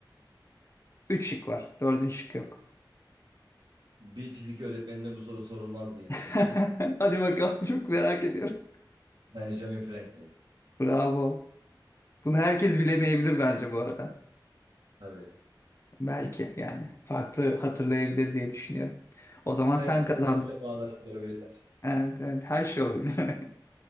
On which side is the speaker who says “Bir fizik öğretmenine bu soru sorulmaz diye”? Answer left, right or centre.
Right